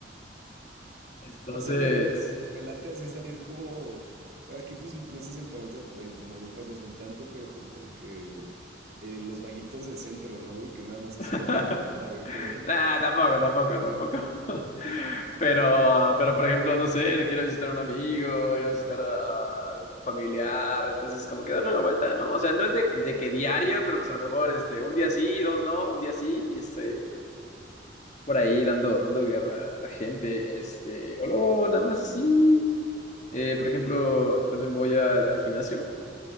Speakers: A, on the left; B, on the right.
A: Entonces,
B: O sea, güey, te, te late así salir como. Bueno, aquí, pues, no sé si en Tamaulipas, en Tamaulipas los ven tanto, pero como de que eh, los vaguitos del centro, ¿no, güey? Que nada más así
A: <laughs>
B: van deambulando a ver qué ven.
A: nada, tampoco, tampoco, tampoco. <laughs> Pero, pero por ejemplo, no sé, quiero visitar a un amigo, ir a visitar a, a un familiar, entonces como que darle una vuelta, ¿no? O sea, no es de, de que diario, pero pues a lo mejor este, un día sí, dos no, un día sí, y este, por ahí dando, dando guerra a la gente, este, o luego nada más así. Eh, por ejemplo, también voy al, al gimnasio,